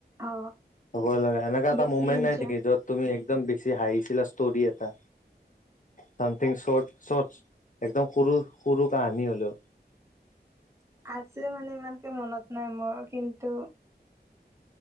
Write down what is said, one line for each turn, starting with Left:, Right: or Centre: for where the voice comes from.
Right: অ
Left: হ'ব লাগে এনেকুৱা এটা
Right: বেছি
Left: মুমেণ্ট
Right: ইনজয়
Left: নাই নেকি য'ত তুমি একদম বেছি হাঁহিছিলা ষ্টৰি এটা চামথিং চৰ্ট চৰ্ট একদম সৰু সৰু কাহানি হলেও।
Right: আছে মানে ইমানকে মনত নাই মোৰ কিন্তু